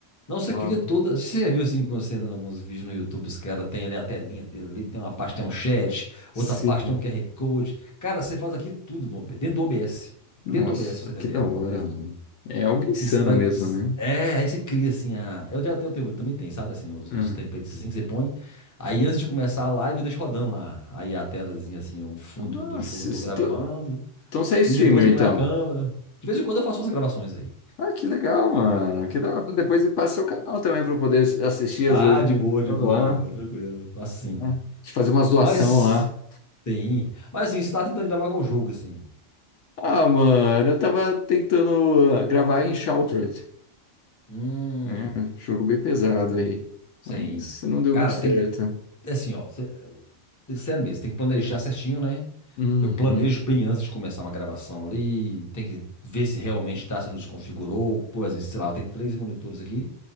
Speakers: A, on the left; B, on the left.
A: Não, você
B: Top.
A: queria toda. Você já viu assim, quando você entra em alguns vídeos no YouTube, os caras têm ali a telinha dele, ali tem uma parte, tem um chat,
B: Sim.
A: outra parte tem um QR Code. Cara, você faz aqui tudo no OBS, dentro do OBS.
B: Nossa,
A: Dentro do OBS, pra você entender.
B: que da hora, mano. É algo
A: E
B: insano
A: assim, você vai.
B: mesmo, né?
A: É, aí você cria assim a. Eu já tenho, eu também tem, sabe? Assim, os, os
B: Hum.
A: templatezinhos que você põe. Aí antes de começar a live, eu deixo rodando lá. Aí a telazinha, assim, o fundo
B: Nossa,
A: do jogo eu tô
B: se-
A: gravando.
B: tô- então você é streamer,
A: E depois eu
B: então.
A: ponho a câmera. De vez em quando eu faço umas gravações aí.
B: Ah, que legal, mano. Que da hora. Depois passa o canal também para eu poder assistir,
A: Ah,
B: às vezes, de
A: de
B: vez
A: boa,
B: em
A: de
B: quando
A: boa,
B: lá,
A: de boa, tranquilo. Assim.
B: né? De fazer umas doação
A: Mas.
B: lá.
A: Sim. Mas assim, você tá tentando gravar qual jogo, assim?
B: Ah, mano, eu tava tentando ah, gravar em Shrouded,
A: Hum.
B: né? Jogo bem pesado aí,
A: Sim.
B: mas não deu
A: Cara,
B: muito certo.
A: tem que. é Assim, ó. cê- Sério mesmo, tem que planejar certinho, né?
B: Uhum,
A: Eu planejo bem antes de começar uma gravação ali, tem que ver se realmente está sendo desconfigurou. Por exemplo, sei lá, eu tenho três monitores aqui,